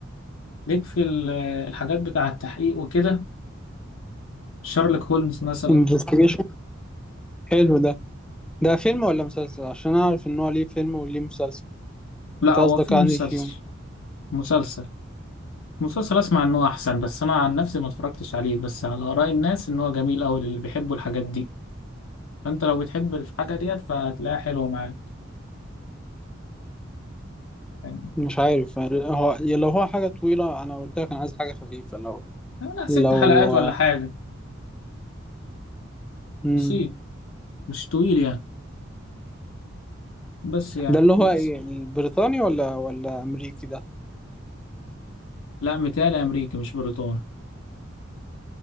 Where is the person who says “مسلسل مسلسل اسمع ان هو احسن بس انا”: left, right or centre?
Left